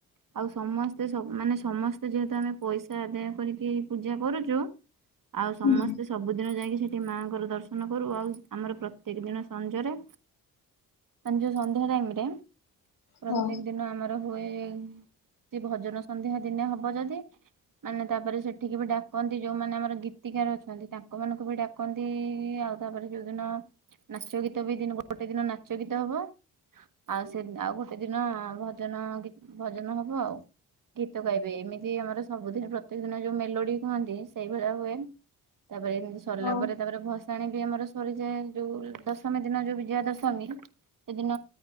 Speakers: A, on the right; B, on the left.
A: ଆଉ ସମସ୍ତ <inaudible> ମାନେ ସମସ୍ତେ ଯେହେତୁ ଆମେ ପଇସା ଆଦାୟ କରିକି ପୂଜା କରୁଛୁ ଆଉ ସମସ୍ତେ
B: ହୁଁ
A: ସବୁଦିନ ଯାଇକି ସେଠି ମାଆଙ୍କର ଦର୍ଶନ କରୁ ଆଉ ଆମର ପ୍ରତ୍ୟେକ ଦିନ ସଞ୍ଜରେ ଯୋଉ ସନ୍ଧ୍ୟା ଟାଇମରେ ପ୍ରତ୍ୟେକ
B: ହଁ
A: ଦିନ ଆମର। ହୁଏ <inaudible> ସେ ଭଜନ ସନ୍ଧ୍ୟା ଦିନେ ହବ ଯଦି ମାନେ ତାପରେ ସେଠିକି ବି ଡାକନ୍ତି ଯୋଉମାନେ ଆମର ଗୀତିକାର ଅଛନ୍ତି ତାଙ୍କ ମାନଙ୍କୁ ବି ଡାକନ୍ତିଇଇ ଆଉ, ତାପରେ ଯୋଉଦିନ ନାଚ ଗୀତ ବି ଦିନ ଗୋଟେ ଦିନ ନାଚ ଗୀତ ହବ, ଆଉ ସେ ଆଉ ଗୋଟେ ଦିନ ଭଜନ ଗୀ ଭଜନ ହବ ଆଉ। ଗୀତ ଗାଇବେ, ଏମିତି ଆମର ସବୁଦିନ ପ୍ରତ୍ୟେକ ଦିନ ଯୋଉ ମେଲୋଡି କୁହନ୍ତି ସେଇଭଳିଆ ହୁଏ। ତାପରେ ଏମିତି ସରିଲା
B: ହଁ
A: ପରେ ତାପରେ ଭସ୍ ଭସାଣି ବି ଆମର ସରିଯାଏ, ଯୋଉ ଦଶମୀ ଦିନ ଯୋଉ ବିଜୟା ଦଶମୀ, ସେଦିନ